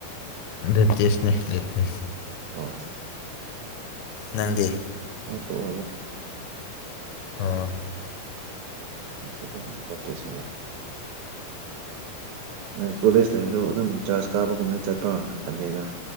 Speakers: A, on the left; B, on the right.
A: ꯦꯇꯁꯅꯦ ꯦꯇꯁ
B: ꯑ ꯑ
A: ꯅꯪꯗꯤ
B: ꯁꯣꯏ
A: ꯑꯣ
B: ꯑꯗꯨꯝ ꯄꯠꯇꯁꯒꯦ ꯅꯣꯏ ꯀꯣꯂꯦꯖ ꯂꯩꯕꯗꯣ ꯑꯗꯨꯝ ꯆꯔꯆ ꯀꯥꯕꯒꯨꯝꯅ ꯆꯠꯄ꯭ꯔꯣ ꯁꯟꯗꯦꯗ